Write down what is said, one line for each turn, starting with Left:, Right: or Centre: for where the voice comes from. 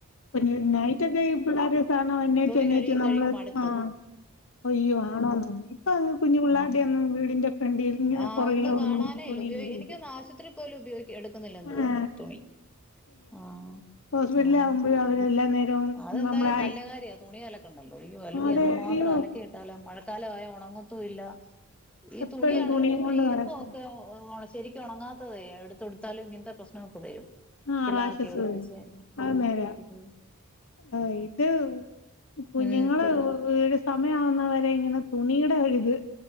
Left: <unintelligible> നൈറ്റൊക്കെ ഈ പിള്ളേരെ സാധനം എണീറ്റ്
Centre: തുണി
Left: എണീറ്റ്
Centre: കഴുകി
Left: നമ്മള്
Centre: കഴുകി മടുത്തു
Left: ആഹ്. അയ്യോ ആണോന്നോ ഇപ്പൊ അങ്ങ് കുഞ്ഞുപിള്ളാരുടെയൊന്നും വീടിന്റെ ഫ്രണ്ടിൽ ഇങ്ങനെ
Centre: ആഹ്
Left: പുറകിലോ
Centre: ഒന്നും കാണാനേയില്ല
Left: തുണിയില്ലല്ലോ
Centre: ഉപയോഗി എനിക്ക് തോന്നു ആശുപത്രി പോലും ഉപയോഗി എടുക്കുന്നില്ലെന്ന്
Left: ആ
Centre: തോന്നുന്നു തുണി. ആഹ്.
Left: ഹോസ്പിറ്റലാവുമ്പഴും
Centre: ആഹ്
Left: അവരെല്ലാ നേരവും
Centre: അതെന്തായാലും
Left: നമ്മളെ
Centre: നല്ല കാര്യാ തുണിയലക്കണ്ടല്ലോ അയ്യൊ അല്ലെങ്കിയെന്ത്
Left: അതെ അയ്യോ
Centre: മാത്രം അലക്കിയിട്ടാല മഴക്കാലവായ ഒണങ്ങത്തുവില്ല ഈ
Left: എപ്പഴും
Centre: തുണിയാണെലും
Left: തുണിയും
Centre: നമ്മള്
Left: കൊണ്ട് നടക്കാ
Centre: ഈർപ്പ ക്കെ ശരിക്കൊണങ്ങാത്തതെ എടുത്തുടുത്താലും ഇങ്ങൻത്തെ പ്രശ്നമൊക്കെ വെരും.
Left: ആഹ്
Centre: പിള്ളേർക്കെ
Left: റാഷസ്
Centre: എവിടെക്കെ
Left: വരും
Centre: <unintelligible>
Left: അത് നേരാ ആഹ് ഇത് കുഞ്ഞുങ്ങള്
Centre: ഉം
Left: പിരീഡ്സ് സമയമാവുന്നവരെ ഇങ്ങനെ തുണിയുടെ ഒരിത്